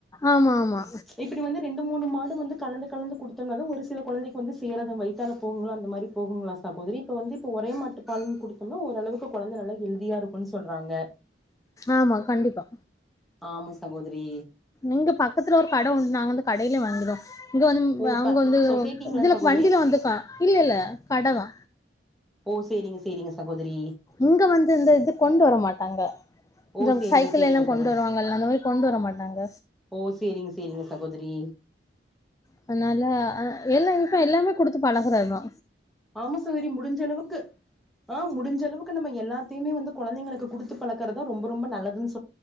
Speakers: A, on the left; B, in the centre.
A: ஆமா ஆமா
B: இப்டி வந்து ரெண்டு மூணு மாடு வந்து கலந்து கலந்து குடுத் சொல்வாங்க ஒரு சில கொழந்தைக் வந்து சேராதா வைத்தால போகுங்லா அந்த மாரி போகுங்லா சகோதரி இப்ப வந்து இப்ப ஒரே மாட்டு பால்ன் குடுத் கு வந்து ஓரளவுக்கு கொழந்த நல்லா ஹெல்தியா இருக்குன் சொல்றாங்க
A: ஆமா கண்டிப்பா
B: ஆம சகோதிரி
A: இங்க பக்கத்துல ஒரு கட உண்டு நாங்க வந்து கடையிலியே வாங்கிருவோ இங்க வந்து
B: ஓ
A: வ அங்க
B: ப
A: வந்து
B: சொசைட்டிங்களா
A: இதுல
B: சகோதரி
A: வண்டியில வந்துக்கா இல்ல இல்ல கட தா
B: ஓ சேரிங்க சேரிங்க சகோதரி
A: இங்க வந்து இந்த இது கொண்டு வர மாட்டாங்க இந்த
B: ஓ சேரிங்க
A: சைக்கிள்ல
B: சேரிங்க
A: எல்லா கொண்டு
B: சகோதரி
A: வருவாங்கல்ல அந்த மாரி கொண்டு வர மாட்டாங்க
B: ஓ சேரிங் சேரிங்க சகோதிரி
A: அதுனால எல்லா இப்ப எல்லாமே குடுத்து பழகுறதா
B: ஆம சகோதரி முடிஞ்ச அளவுக்கு ஆ முடிஞ்ச அளவுக்கு நம்ம எல்லத்தையுமே வந்து கொழந்தைங்களுக்கு குடுத்து பழக்குறது தா ரொம்ப ரொம்ப நல்லதுன்